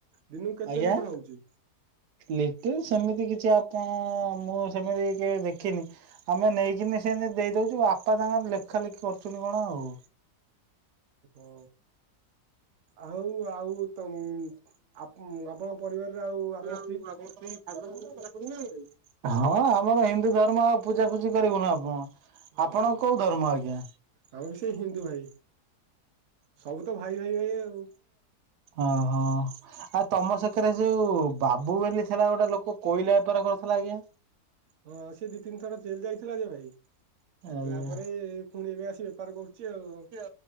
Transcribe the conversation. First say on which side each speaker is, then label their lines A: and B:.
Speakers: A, on the right; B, on the right.
A: ଦିନକୁ କେତେ
B: ଆଜ୍ଞା।
A: ଲିଟର ହଉଛି?
B: ଲିଟେର ସେମିତି କିଛି ଆପଣ ମୁଁ ସେମିତି କି ଦେଖିନି ଆମେ ନେଇକିନି ସେମିତି ଦେଇଦଉଛୁ ବାପା ତାଙ୍କର ଲେଖା ଲେଖି କରୁଛନ୍ତି କଣ ଆଉ।
A: ଓ ହୋ। ଆଉ ଆଉ ତ ଆପଣଙ୍କ ପରିବାରରେ ଆଉ ଆପଣ
B: ଆଉ <unintelligible> ହଁ ଆମର ହିନ୍ଦୁ ଧର୍ମ ଆଉ ପୂଜା ଫୂଜି କରିବୁନ ଆପଣ?
A: ହୁଁ
B: ଆପଣଙ୍କ କୋଉ ଧର୍ମ ଆଜ୍ଞା?
A: ଆମେ ବି ସେଇ ହିନ୍ଦୁ ଭାଇ ସବୁ ତ ଭାଇ ଭାଇ ଭାଇ ଆଉ
B: ଓହୋ। ଆଉ ତମ ସାଙ୍ଗରେ ଯୋଉ ବାବୁ ବୋଲି ଥିଲା ଗୋଟେ ଲୋକ କୋଇଲା ବେପାର କରିୁଥିଲା ଆଜ୍ଞା।
A: ହଁ ସେ ଦି ତିନି ଥର ଜେଲ ଯାଇଥିଲା ଯେ ଭାଇ
B: ଆଜ୍ଞା
A: ତାପରେ ପୁଣି ଏବେ ଆସି ବେପାର କ ଅଛି ଆଉ।
B: ଏ